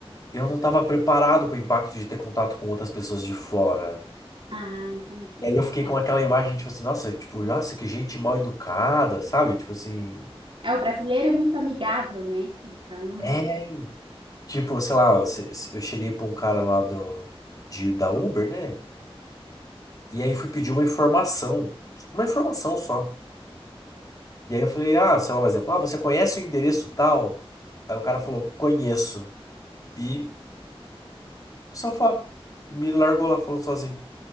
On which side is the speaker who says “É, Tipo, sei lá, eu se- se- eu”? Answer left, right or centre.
Left